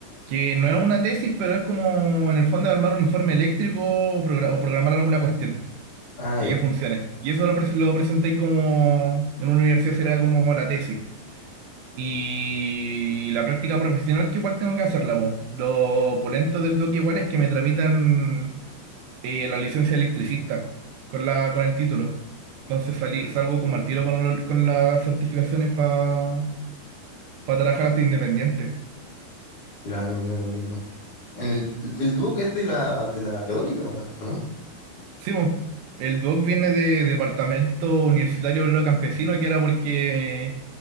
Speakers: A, on the right; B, on the left.
A: que no es una tesis, pero es como en el fondo armar un informe eléctrico o, progra- o programar alguna cuestión
B: Ah,
A: y
B: ya,
A: que funcione. Y eso lo, pres- lo presenté como en una universidad será como la tesis. Y la práctica profesional que igual tengo que hacerla, pues. Lo opulento del doc igual es que me tramitan eh, la licencia de electricista con la, con el título. Entonces salí, salgo como al tiro con, el- con las certificaciones para trabajar hasta independiente.
B: claro, claro, claro. En el, el Duoc es de la, de la Católica, ¿o, o no?
A: Sí, mo, el DOC viene de Departamento Universitario Obrero Campesino, que era porque